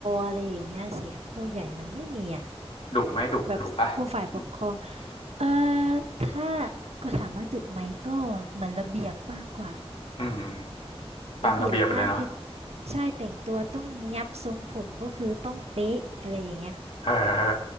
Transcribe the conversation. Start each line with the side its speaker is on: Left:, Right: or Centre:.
Right: อะไรอย่างเงี้ยสิครูใหญ่มันไม่มีอ่ะ
Left: ดุไหม่ดุดุป่ะอืม
Right: แบบครูฝ่ายปกครองเอ่อถ้าก็ถามว่าดุไหมก็เหมือนระเบียบมากกว่า
Left: อืมตามระเบียบเลยเนาะ
Right: ระเบียบมากคือใช่แต่งตัวต้องเนียบทรงผมก็คือต้องเป๊ะอะไรอย่างเงี้ย
Left: เออเออ